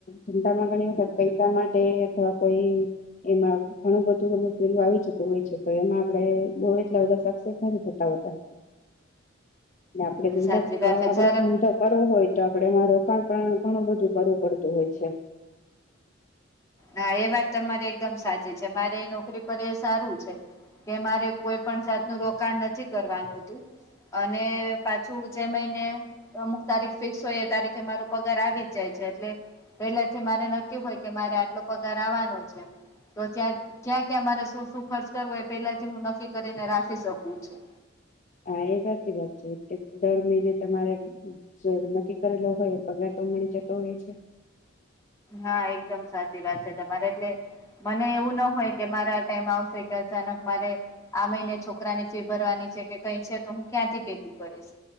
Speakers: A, on the left (about 40°); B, on the left (about 15°).
A: ધંધામાં ઘણી વખત પૈસા માટે અથવા કોઈ એમાં ઘણું બધું ઓ પેલું આવી જતું હોય છે તો એમાં આપડે બો એટલા બધા સક્સેસ નથી થતા હોતા. એટલે ધંધા
B: સાચી વાત
A: અહ
B: છે
A: આપડો
B: જયારે
A: ધંધો કરવો હોય તો આપડે એમાં રોકાણ પણ ઘણું બધું કરવું પડતું હોય છે.
B: હા એ વાત તમારી એકદમ સાચી છે, મારે એ નોકરી પર એ સારું છે. કે મારે કોઈ પણ જાત નું રોકાણ નથી કરવાનું હોતું. અને પાછું જે મહિને અમુક તારીખ ફિક્સ હોય એ તારીખે મારો પગાર આવી જ જાય છે. એટલે પેલાથી મારે નકકી હોય કે મારે આટલો પગાર આવવાનો છે. તો ત્યાં ક્યાં ક્યાં મારે શું શું ખર્ચ કરવો એ પેલાથી હું નક્કી કરીને રાખી શકું છું.
A: હા એ સાચી વાત છે કે દર મહિને તમારે, જે નક્કી કરેલો હોય તે પગાર તો મળી જતો હોય છે,
B: હા એકદમ સાચી વાત છે તમારે એટલે, મને એવું ન હોય કે મારે આ ટાઇમ આવશે ને અચાનક મારે, આ મહિને છોકરાની ફી ભરવાની કે કઈ છે તો હું ક્યાંથી ભેગું કરીશ,